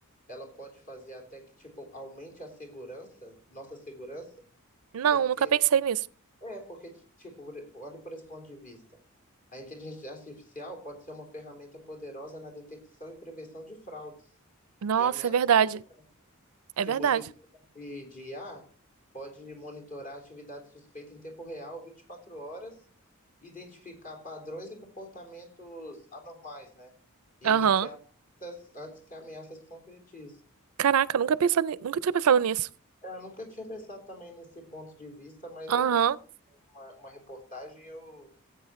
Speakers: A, on the left; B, on the right.
A: ela pode fazer até que, tipo, aumente a segurança, nossa segurança?
B: Não,
A: porque
B: nunca pensei nisso.
A: É, porque, tipo, por- olhe por esse ponto de vista. A inteligência artificial pode ser uma ferramenta poderosa na detecção e prevenção de fraudes
B: Nossa,
A: e ameaças
B: é verdade.
A: de segurança.
B: É
A: Tipo,
B: verdade.
A: o sistema de, de IA pode monitorar atividade suspeita em tempo real, 24 horas, identificar padrões e comportamentos anormais, né? E
B: Aham.
A: emitir alertas antes que a ameaça se concretize.
B: Caraca, nunca pensado, ni- nunca tinha pensado nisso.
A: É, Eu nunca tinha pensado também nesse ponto de vista, mas
B: Aham.
A: depois que eu vi uma, uma reportagem eu